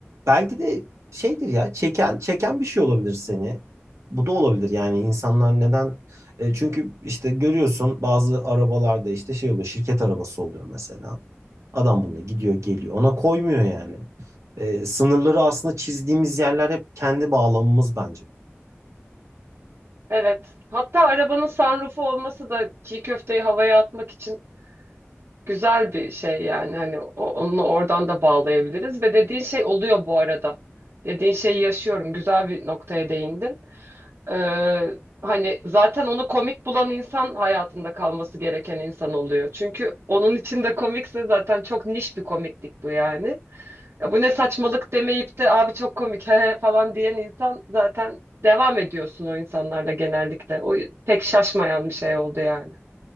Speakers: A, on the right; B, on the right.
A: belki de şeydir ya çeken çeken bir şey olabilir seni. Bu da olabilir yani insanlar neden E, çünkü işte görüyorsun bazı arabalarda işte şey oluyor şirket arabası oluyor mesela. Adam bununla gidiyor geliyor ona koymuyor yani. E, sınırları aslında çizdiğimiz yerler hep kendi bağlamımız bence.
B: Evet. Hatta arabanın sunroofu olması da çiğ köfteyi havaya atmak için güzel bir şey yani hani o- onunla oradan da bağlayabiliriz ve dediğin şey oluyor bu arada. Dediğin şeyi yaşıyorum. Güzel bir noktaya değindin. Ee, hani zaten onu komik bulan insan hayatında kalması gereken insan oluyor. Çünkü onun için de komikse zaten çok niş bir komiklik bu yani. Ya bu ne saçmalık demeyip de abi çok komik he he" falan diyen insan zaten devam ediyorsun o insanlarla genellikle. O pek şaşmayan bir şey oldu yani.